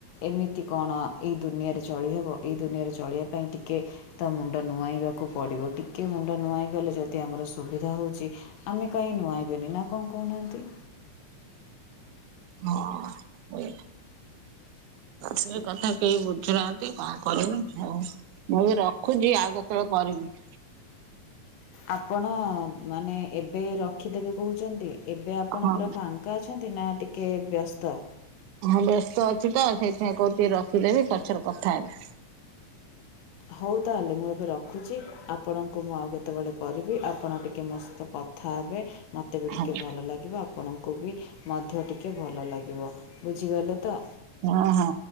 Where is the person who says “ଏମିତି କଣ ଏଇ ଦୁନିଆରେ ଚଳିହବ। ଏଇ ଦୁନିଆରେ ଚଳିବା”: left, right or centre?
Left